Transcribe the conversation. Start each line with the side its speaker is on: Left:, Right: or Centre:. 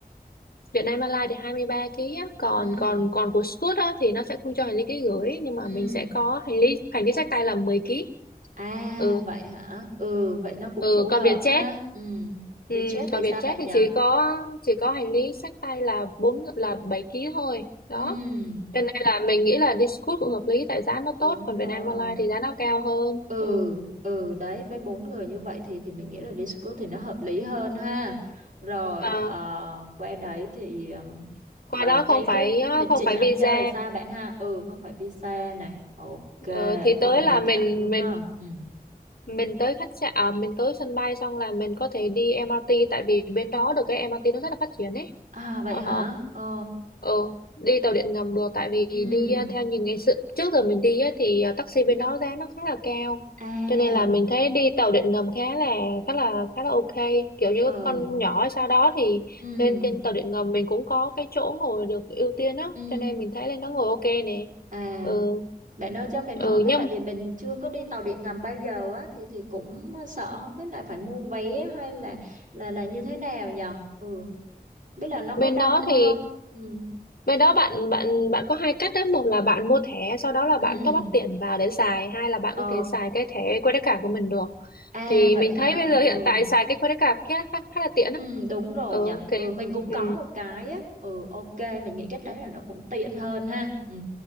Left: Vietnam Airlines thì 23 kg á, còn
Right: Ừ,
Left: còn còn của Scoot á thì nó sẽ không cho hành lý ký gửi nhưng mà
Right: ừ.
Left: mình sẽ có hành lý hành lý xách tay là mười ký
Right: À
Left: Ừ
Right: vậy hả? Ừ vậy nó cũng
Left: ừ
Right: phù hợp
Left: còn Vietjet
Right: ha. Ừ.
Left: ừ,
Right: Vietjet thì
Left: còn
Right: sao
Left: Vietjet
Right: bạn
Left: thì
Right: nhỉ?
Left: chỉ có chỉ có hành lý xách tay là bốn là 7 ký thôi đó
Right: Ừ
Left: cho nên là mình nghĩ là đi Scoot cũng hợp lý tại giá nó
Right: đúng
Left: tốt còn
Right: rồi.
Left: Vietnam Airlines thì giá nó cao hơn
Right: Ừ
Left: ừ.
Right: ừ đấy với bốn người như vậy thì thì mình nghĩ là Discord thì nó hợp lý hơn ha. Rồi
Left: à,
Right: ờ, qua đấy thì ừm,
Left: qua
Right: ờ,
Left: đó không
Right: cái cái
Left: phải
Right: lịch
Left: không
Right: trình
Left: phải
Right: ăn
Left: visa
Right: chơi sao bạn ha? Ừ không phải visa này. Ok
Left: ờ, thì
Right: không
Left: tới
Right: phải
Left: là
Right: nhập
Left: mình
Right: cảnh đúng
Left: mình
Right: không? Ừ.
Left: mình tới khách sạn à, mình tới sân bay xong là mình có thể đi MRT tại vì bên đó được cái MRT nó rất là phát triển ấy
Right: À vậy
Left: ờ,
Right: hả? Ờ.
Left: ờ, đi tàu điện ngầm được tại vì
Right: Ừ.
Left: đi ờ, theo như ngày xưa trước giờ mình đi á, thì ờ, taxi bên đó giá nó khá là cao
Right: À.
Left: cho nên là mình thấy đi tàu điện ngầm khá là khá là khá là ok kiểu như
Right: Ờ.
Left: các con nhỏ sau đó thì
Right: Ừ.
Left: lên trên tàu điện ngầm mình cũng có cái chỗ ngồi được ưu tiên á
Right: Ừ.
Left: cho nên mình thấy lên đó ngồi ok nè
Right: À,
Left: ừ,
Right: bạn ơi cho mình
Left: ừ
Right: hỏi với
Left: nhưng
Right: tại vì mình chưa có đi tàu điện ngầm bao giờ á thì thì cũng sợ không biết là phải mua vé hay là là là như thế nào nhờ. Ừ, biết là nó có
Left: bên
Right: đông
Left: đó
Right: không?
Left: thì
Right: Ừ.
Left: Bên đó bạn bạn bạn có hai cách đó, một là bạn mua thẻ sau đó là
Right: Ừ.
Left: bạn top up tiền vào để xài, hai là bạn
Right: Ờ,
Left: có thể xài cái thẻ credit card của mình được.
Right: à
Left: Thì
Right: vậy
Left: mình
Right: hả?
Left: thấy bây giờ
Right: Ừ.
Left: hiện tại xài cái credit card khá khá, khá là tiện
Right: Ừ
Left: đó
Right: đúng rồi
Left: Ừ
Right: nhờ.
Left: thì
Right: Ừ mình cũng
Left: ừ,
Right: có một cái á. Ừ ok, mình nghĩ cách đấy là nó cũng tiện hơn ha. Ừ.